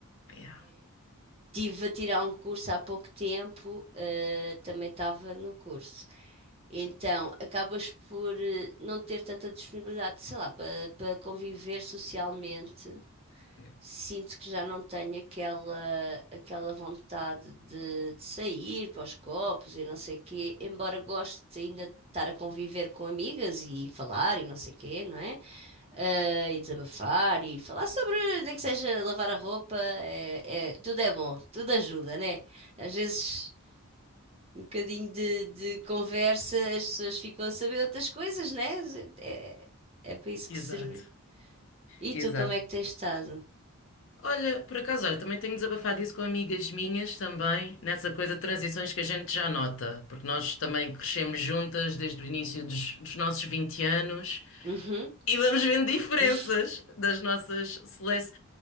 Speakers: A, on the left (about 60°); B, on the right (about 25°).
A: Yeah.
B: Tive a tirar um curso há pouco tempo, eh, também estava no curso. Então, acabas por eh, não ter tanta disponibilidade, sei lá, para para conviver socialmente
A: Yeah.
B: Sinto que já não tenho aquela, aquela vontade de, de sair para os copos e não sei o quê, embora goste ainda de estar a conviver com amigas e falar e não sei o quê, não é? Ah, e desabafar e falar sobre, nem que seja lavar a roupa, é, é- tudo é bom, tudo ajuda, né? Às vezes um bocadinho de, de conversa, as pessoas ficam a saber outras coisas, né? É, é para isso
A: Exato,
B: que serve. E
A: exato.
B: tu, como é que tens estado?
A: Olha, por acaso, olha, também tenho desabafado isso com amigas minhas também, nessa coisa de transições que a gente já nota, porque nós também crescemos juntas desde o início dos, dos nossos 20 anos
B: Uhum,
A: e vamos vendo diferenças
B: <laughs>
A: das nossas seleções.